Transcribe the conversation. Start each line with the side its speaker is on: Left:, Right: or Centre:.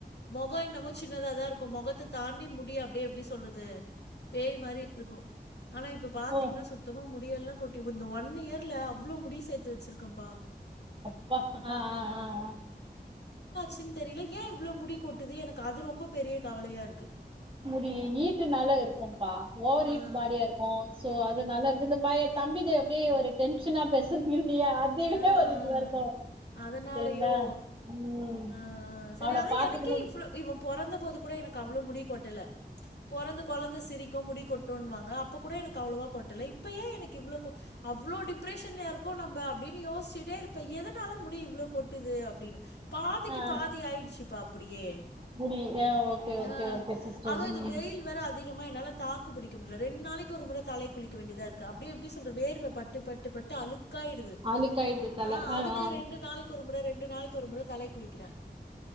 Left: மொகோ என்னமோ சின்னதா தா இருக்கு மொகத்தை தாண்டி முடி அப்டியே எப்டி சொல்றது பேய் மாரி இருக்கும் ஆனா இப்ப பாத்தீங்கனா
Right: ஓ
Left: சுத்தமா முடி முடியல்லாம் கொட்டி இந்த ஒன் இயர்ல அவ்ளோ முடி சேர்த்து வச்சிருக்கேன்ப்பா
Right: அப்பா ஆஹ் ஹ ஹ ஹ
Left: சின் தெரியல ஏன் இவ்வளவு முடி கொட்டுது எனக்கு அது ரொம்ப பெரிய கவலையா இருக்கு
Right: முடி ஹிட்டு நால இருக்கும் ப ஓவர் ஹீட்
Left: ஆ.
Right: பாடியா இருக்கோம் சோ அது நல்லா இருக்கு இந்த பைய தம்பி து அப்படியே ஒரு டென் பிரச்சனா பெரிசல் நிறுத்தி அதுவிட
Left: ஆ,
Right: ஒரு
Left: ஆ.
Right: இதுவ இருக்கும்
Left: அதனாலயோ!
Right: சரிங்களா உம்
Left: ஆ, சரி
Right: அவனை
Left: அதான்
Right: பாத்துக்கணும்
Left: எனக்கே இவ்ளோ இவன் பொறந்தபோது கூட எனக்கு அவ்ளோ முடி கொட்டல பொறந்த கொழந்த சிரிக்கும் முடி கொட்டு கொட்டோண்ணுவாங்க அப்ப கூட எனக்கு அவ்ளோவா கொட்டல இப்பயேன் எனக்கு இவ்ளவு அவ்ளோ டிப்ரெஷ டின்லி யாரோக்கோ நம்ம அப்படின்னு யோசிட்டே இருப்ப எதனால முடி இவ்ளோ கொட்டுது அப்டின்னு பாதிக்கு
Right: ஆ
Left: பாதி ஆயிடுச்சு பா அப்படியே
Right: முடி ஏ ஓகே ஓகே
Left: ஆ.
Right: ஓகே சிஸ்டர்
Left: அதுவும்
Right: உம்
Left: இந்த வெயில் வேற அதிகமா என்னால தாக்கு புடிக் க முடியல ரெண்டு நாளைக்கு ஒரு முறை தலைக்கு குளிக்க வேண்டியதார்க்கு குளிக்கவேண்டியதா இருக்கு அப்டி எப்டி சொல்ற வேர்வை பட்டுப்பட்டு பட்டு பட்டு அழுக்கு காயிடுது
Right: அழுக்காயிடுது தல
Left: ஹன் அதுக்கே
Right: ஆ ஆ
Left: ரெண்டு நாளைக்கு ஒரு முறை ரெண்டு நாளைக்கு ஒரு முறை தலை குளிக்கிறேன்